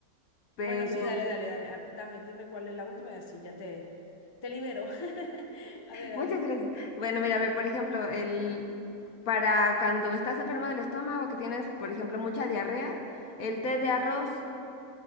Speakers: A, on the left; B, on the left.
A: pero...
B: Bueno, sí, dale, dale, dale. Ah, Dame, dime cuál es la última y así ya te, te libero. <laughs> A ver,
A: Muchas
B: a ver.
A: gracias. Bueno, mira, ve, por ejemplo, el, para cuando estás enfermo del estómago, que tienes, por ejemplo, mucha diarrea, el té de arroz